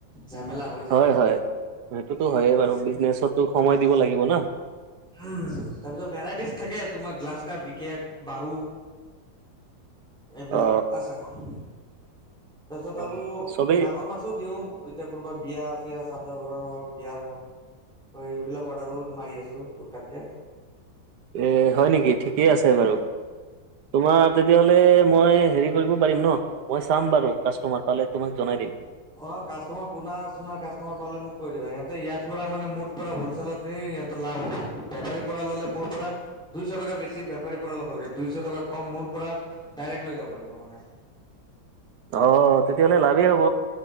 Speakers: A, in the centre; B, on the right.
A: ঝামেলা- হৈ যায়
B: হয়-হয়, সেইটোতো হৈয়ে বাৰু, বিজনেছততো সময় দিব লাগিব ন।
A: উম তাৰ পিছত ভেৰাইটিজ থাকে তোমাৰ গ্লাচ কাপ, বিকেট, বাহু। এইবিলাক
B: অ
A: আছে। তাৰপিছত
B: অ
A: আৰু
B: চবেই
A: ডাঙৰ মাছ ছো দিওঁ, এতিয়া কোনোবা বিয়া আছে শ্ৰাদ্ধ ঘৰৰ হওক, বিয়াৰ হওক। হয়, এইবিলাক অৰ্ডাৰো মাৰি আছোঁ, টুক-টাককে।
B: এ হয় নেকি, থিকেই আছে বাৰু। তোমাৰ তেতিয়া হ'লে, মই হেৰি কৰিব পাৰিম ন মই চাম বাৰু, কাষ্টমাৰ পালে তোমাক জনাই দিম।
A: অ, কাষ্টমাৰ পোনা-চোনা, কাষ্টমাৰ পালে মোক কৈ দিবা। সিহঁতে ইয়াত পৰা মানে, মোৰ পৰা হ'ল চেলত নি, সিহঁতৰ লাভ হ'ব। বেপাৰীৰ পৰা ল'লে, মোৰ পৰা দুইশ টকা বেছি বেপাৰীৰ পৰা ল'ব লাগে, দুইশ টকা কম মোৰ পৰা, ডাইৰেক্ট লৈ যাব পাৰিব মানে।
B: অ', তেতিয়া হ'লে, লাভে হ'ব।